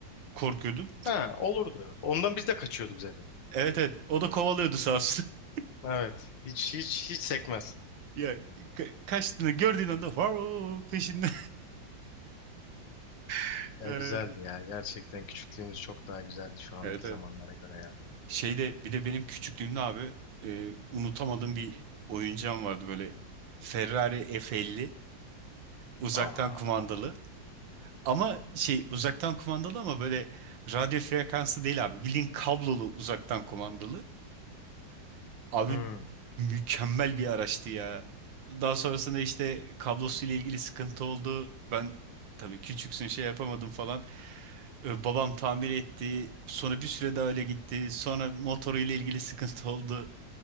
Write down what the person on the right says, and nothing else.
korkuyordun.
Evet evet. O da kovalıyordu sağ olsun. <laughs>
Ya ka- kaçtığını gördüğün anda var o peşinde. <laughs>
Evet
evet.
Şeyde bir de benim küçüklüğümde abi e, unutamadığım bir oyuncağım vardı böyle Ferrari F50 uzaktan
kumandalı. Ama şey uzaktan kumandalı ama böyle radyo frekansı değil abi. Bildiğin kablolu uzaktan kumandalı. Abi
mükemmel bir araçtı ya. Daha sonrasında işte kablosuyla ilgili sıkıntı oldu. Ben tabii küçüksün şey yapamadım falan. E, babam tamir etti. Sonra bir süre daha öyle gitti. Sonra motoruyla ilgili sıkıntı <laughs> oldu.